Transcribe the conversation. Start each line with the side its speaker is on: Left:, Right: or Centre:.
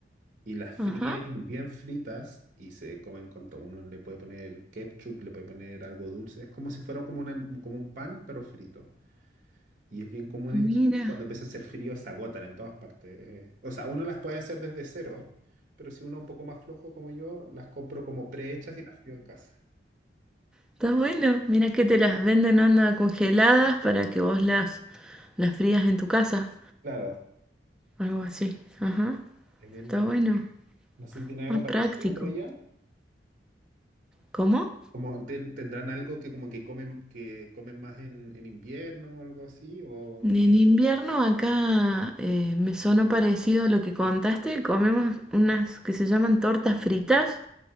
Right: y las fríen
Centre: Ajá,
Right: bien fritas y se comen con todo. Uno le puede poner ketchup, le puede poner algo dulce. Es como si fuera como, una- como un pan, pero frito. Y es bien común
Centre: mira,
Right: en Chile, cuando empieza a hacer frío se agotan en todas partes. eh. o sea, uno las puede hacer desde cero, pero si uno es un poco más flojo como yo, las compro como prehechas y las frío en casa.
Centre: está bueno. Mira que te las venden onda congeladas para que vos las, las frías en tu casa.
Right: Claro,
Centre: Algo así. Ajá,
Right: es bien
Centre: está
Right: entrete-
Centre: bueno.
Right: No sé si tienen algo
Centre: Más
Right: parecido
Centre: práctico.
Right: por allá.
Centre: ¿Cómo?
Right: Como ten- tendrán algo que como que comen, que comen más en, en invierno o algo así, o,
Centre: En
Right: o-
Centre: invierno acá eh, me sonó parecido a lo que contaste. Comemos unas que se llaman tortas fritas,